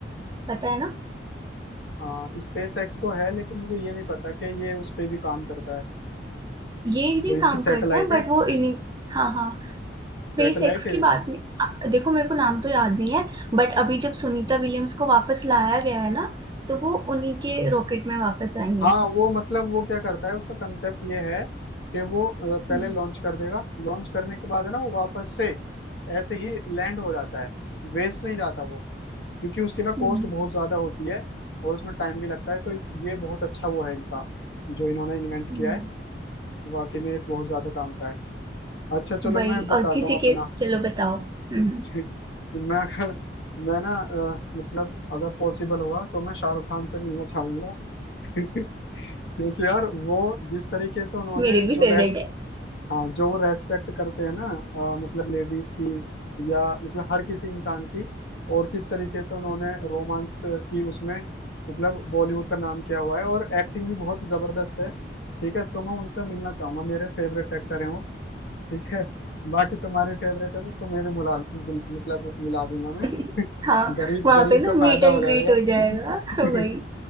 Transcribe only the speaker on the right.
पता है ना
ये नहीं
काम
करता है बट
वो इन्हीं हाँ हाँ स्पेस
एक्स
की बात नहीं आ, देखो मेरे को नाम तो याद नहीं है बट अभी जब सुनीता विलियम्स को वापस लाया गया है ना तो वो उन्हीं के रॉकेट में वापस आई
है
हम्म
हम्म
हम्म।
वही
और किसी
के चलो बताओ हम्म
मेरे भी
फेवरेट
है
<laughs> हाँ
वहां
पे ना
मीट
एंड
ग्रीट हो जाएगा
<laughs> वही